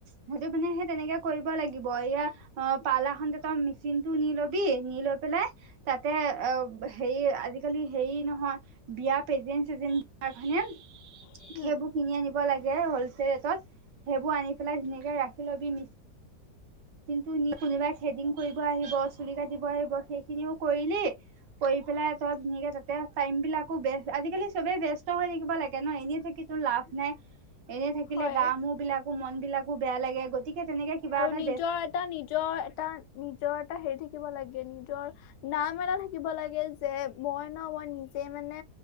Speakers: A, on the right; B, on the left.
A: সেইটো মানে সেই তেনেকে কৰিব লাগিব ইয়াৰ অ' পাৰ্লাৰ খনতে তই মেচিন টো নি লবি নি লৈ পেলাই তাত। হেৰি আজিকালি হেৰি নহয় বিয়া পেজেণ্ট চেজেন্ট বিলাক
B: উম
A: সেইবোৰ কিনি আনিব লাগে হলচেল ৰেটত সেইবোৰ আনি পেলাই ধুনীয়াকে ৰাখি। ৰবি নি কিন্তু নি কোনোবাই থ্ৰেডিং কৰিব আহিব চুলি কাটিব আহিব সেইখিনিও কৰিলি কৰি। পেলাই তই ধুনীয়াকৈ তাতে টাইমবিলাকো বেষ্ট আজিকালি চবেই ব্যস্ত হৈ থাকিব লাগে ন এনেই থাকি তোৰ লাভ। নাই এনেই থাকিলে
B: হয়
A: গা মোৰ বিলাকো মন বিলাক। বেয়া লাগে গতিকে তেনেকে কিবা
B: আৰু
A: এটা।
B: নিজৰ এটা নিজৰ এটা নিজৰ এটা হেৰি থাকিব লাগে নিজৰ। নাম এটা থাকিব লাগে যে মই ন মই নিজে মানে